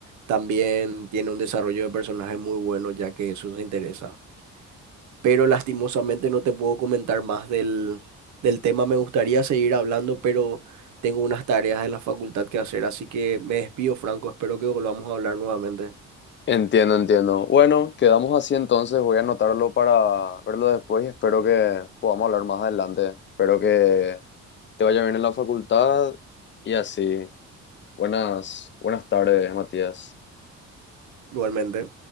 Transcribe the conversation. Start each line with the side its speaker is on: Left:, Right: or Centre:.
Right: también tiene un desarrollo de personaje muy bueno, ya que eso te interesa pero lastimosamente no te puedo comentar más del, del tema. Me gustaría seguir hablando, pero tengo unas tareas en la facultad que hacer, así que me despido, Franco. Espero que volvamos a hablar nuevamente.
Left: Entiendo, entiendo. Bueno, quedamos así entonces. Voy a anotarlo para verlo después y espero que podamos hablar más adelante. Espero que te vaya bien en la facultad y así. Buenas, buenas tardes, Matías.
Right: Igualmente.